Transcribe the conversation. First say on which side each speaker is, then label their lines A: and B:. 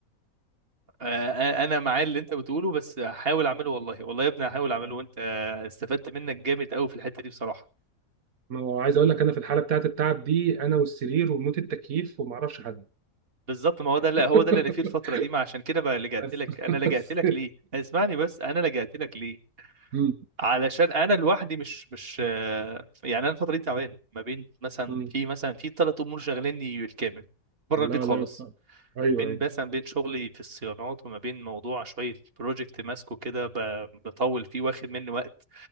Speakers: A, on the right; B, on the right.
A: آه، انا مع اللي انت بتقوله بس هحاول اعمله والله والله يا ابني هحاول اعمله وانت آه، استفدت منك جامد قوي في الحته دي بصراحه
B: ما هو عايز اقول لك انا في الحاله بتاعت التعب دي انا والسرير وموت التكييف وما اعرفش حد
A: بالظبط ما هو ده لا
B: <laughs>
A: هو ده اللي انا فيه الفتره دي ما عشان كده بقى لجأت
B: بس
A: لك انا لجأت
B: بس
A: لك ليه اسمعني بس انا لجأت لك ليه
B: مم.
A: علشان انا لوحدي مش مش آه، يعني انا الفتره دي تعبان ما بين مثلا
B: مم.
A: في مثلا في ثلاث امور شغليني بالكامل بره
B: لا
A: البيت خالص
B: لا يوفقك ايوه
A: بين
B: ايوه
A: مثلا بين شغلي في الصيانات وما بين موضوع شويه بروجكت ماسكه كده ب- بطول فيه واخد مني وقت